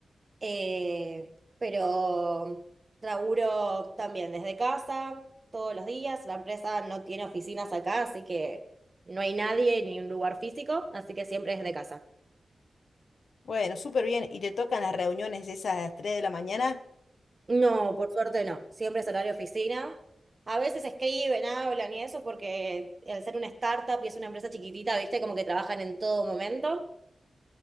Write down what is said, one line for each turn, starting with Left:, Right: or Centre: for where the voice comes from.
Right: Eh, pero laburo también desde casa, todos los días. La empresa no tiene oficinas acá, así que no hay nadie ni un lugar físico, así que siempre desde casa.
Left: Bueno, súper bien. ¿Y te tocan las reuniones esas a las 3 de la mañana?
Right: No, por suerte no, siempre es horario oficina. A veces escriben, hablan y eso, porque al ser una startup y es una empresa chiquitita, viste, como que trabajan en todo momento.